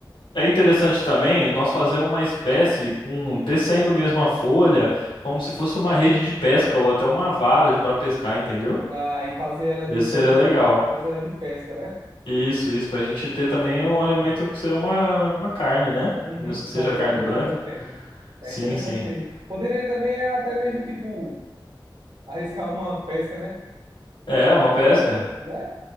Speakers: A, on the left; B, on the right.
A: É interessante também nós fazer uma espécie com tecendo mesmo a folha, como se fosse uma rede de pesca ou até uma vara para pescar, entendeu?
B: Ah, e fazer ela de
A: Esse
B: prova
A: seria legal.
B: de fazer ela de pesca, né?
A: Isso, isso, para a gente ter
B: Seria,
A: também
B: seria bom
A: um
B: mesmo.
A: alimento que seria uma, uma carne, né?
B: Uhum,
A: Mesmo que
B: daria
A: seja carne
B: para durar
A: branca.
B: muito tempo. É
A: Sim,
B: interessante
A: sim.
B: mesmo. Poderia também até mesmo, tipo, arriscar uma pesca, né?
A: É,
B: Uma,
A: uma pesca.
B: né?